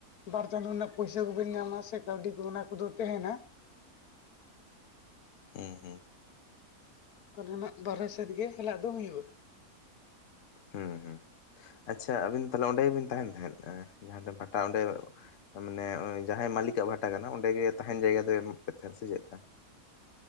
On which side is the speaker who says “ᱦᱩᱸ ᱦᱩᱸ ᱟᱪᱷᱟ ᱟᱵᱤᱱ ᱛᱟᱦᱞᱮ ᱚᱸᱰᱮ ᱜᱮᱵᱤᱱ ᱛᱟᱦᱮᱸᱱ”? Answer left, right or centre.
Left